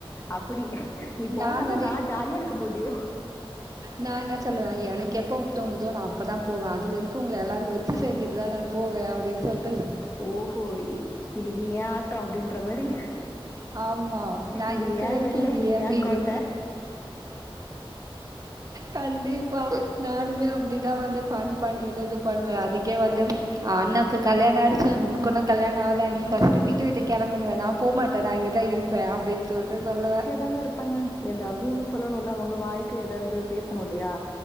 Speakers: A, on the left; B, on the right.
A: அப்டி நீ போனாதா
B: நான்
A: நா ஜாலியா இருக்க முடியு
B: நா என்ன சொல்லுவே எனக்கு எப்ப தோணுதோ நா அப்பதாம் போவே அது வரைக்கு உங்க எல்லாரு வச்சு செஞ்ச்ட்டு தா நா போவே அப்டின்னு சொல்லி
A: ஓஹோ இன்னக்கி ஏ ஆட்டம் அப்டின்ற மாரி
B: ஆமா. நான்
A: இது
B: இருக்க
A: ஏ
B: வரைக்கும்
A: எல்லை இது
B: என்
A: ஏங்
B: வீடு.
A: கோட்ட
B: கண்டிப்பா நானுமே அப்டி தா வந்து ஃபன் பண்ணிட்டு இது பண்ணுவே அதுக்கே வந்து அண்ணாகு கல்யணோ ஆய்டுச்சுனூக்கென்ன கல்யாணோ ஆவ்ல நீ ஃபஸ்ட்டு வீட்ட விட்டு கிளம்பண்ணுவ நா போவ்மாட்டே நா இங்க தா இருப்ப அப்டின்னு சொல்ட்டு சொல்லு
A: அப்டியேதாங்க இருப்பாங்க ஏதாவ்து ஒன்னு சொல்லணு இல்ல அவ்ங்க வாய்க்குதாவ்து பேசணு இல்லயா